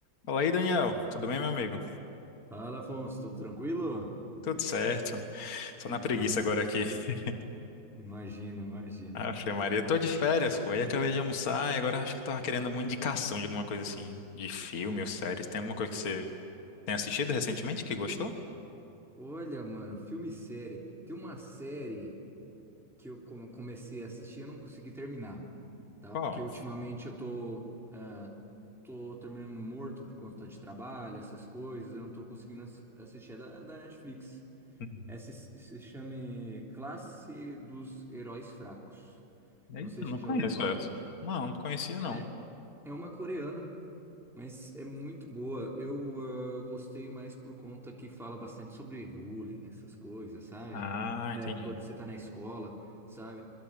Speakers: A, on the left (about 50°); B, in the centre.
A: Fala aí, Daniel. Tudo bem, meu amigo?
B: Fala, Afonso, tudo tranquilo?
A: Tudo certo. Só
B: Que
A: na
B: bom.
A: preguiça agora aqui. <laughs>
B: Imagina, imagina.
A: Aff, Maria, eu tô de férias, pô. Aí acabei de almoçar e agora acho que eu tava querendo alguma indicação de alguma coisa assim, de filme ou séries. Tem alguma coisa que você tem assistido recentemente
B: E
A: que gostou?
B: olha, mano, filme e série. Tem uma série que eu come- comecei a assistir e eu não consegui terminar, tá?
A: Qual?
B: Porque ultimamente eu tô, ah, tô terminando morto por conta de trabalho, essas coisas, eu não tô conseguindo assi- assistir. É da, é da Netflix.
A: Uhum.
B: Essa se se chama Classe dos Heróis Fracos.
A: Eita,
B: Não sei se
A: não
B: você
A: conheço
B: já ouviu falar.
A: essa. Não, não conhecia não.
B: É, é uma coreana. Mas é muito boa. Eu, ah, eu gostei mais por conta que fala bastante sobre bullying, essas coisas, sabe?
A: Ah,
B: Na
A: entendi.
B: época quando você tá na escola, sabe?